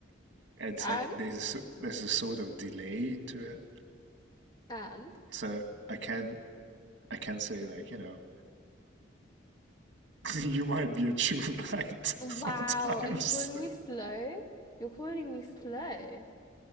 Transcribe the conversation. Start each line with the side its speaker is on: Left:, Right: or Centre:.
Right: And It's
Left: And?
Right: like there's a, so- there's a sort of delay into it.
Left: And?
Right: So I can I can say like, you know, <laughs> you might be a true knight <laughs>
Left: Wow,
Right: sometimes.
Left: are you calling me slow? You're calling me slow.